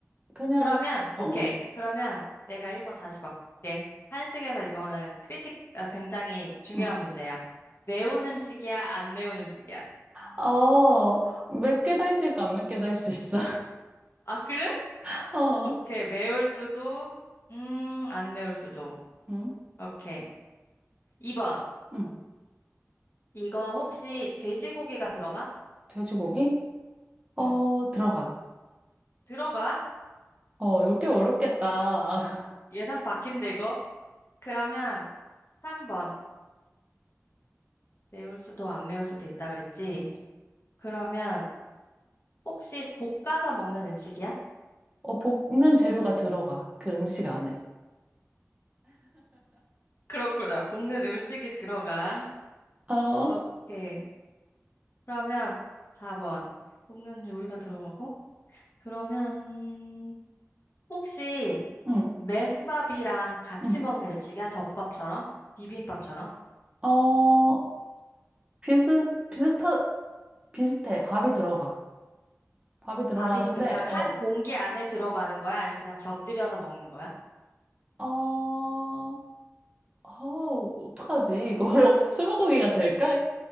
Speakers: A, on the right; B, on the left.
A: 그냥,
B: 그러면,
A: 어,
B: 오케이.
A: 어.
B: 그러면 내가 1번 다시 바꿀게. 한식에서 이거는 크리틱, 아, 굉장히 중요한
A: 응.
B: 문제야. 매운 음식이야? 안 매운 음식이야?
A: 어, 몇 개도 할 수 있고 안 몇 개도 할 수 있어.
B: 아, 그래?
A: <laughs> 어,
B: 오케이. 매울 수도, 음, 안 매울 수도.
A: 응,
B: 오케이. 2번.
A: 응.
B: 이거 혹시 돼지고기가 들어가?
A: 돼지고기? 어,
B: 응,
A: 들어가.
B: 들어가.
A: 어, 이거 꽤 어렵겠다.
B: 어, 예상 바뀐데, 이거? 그러면 3번. 매울 수도, 안 매울 수도 있다 그랬지?
A: <laughs> 음.
B: 그러면 혹시 볶아서 먹는 음식이야?
A: 어, 볶는 재료가 들어가. 그 음식 안에.
B: 그렇구나. 볶는 음식이 들어가.
A: 어,
B: 오케이. 그러면 4번. 볶는 요리가 들어가고? 그러면, 음, 혹시
A: 응,
B: 맨밥이랑 같이
A: 응.
B: 먹는 음식이야? 덮밥처럼? 비빔밥처럼?
A: 어, 비슷, 비슷하, 비슷해. 밥이 들어가. 밥이 들어가는데,
B: 밥이 그러니까
A: 어,
B: 한 공기 안에 들어가는 거야? 아니면 그냥 곁들여서 먹는 거야?
A: 어, 어, 어떡하지? 이거 <laughs> 스무고개가 될까?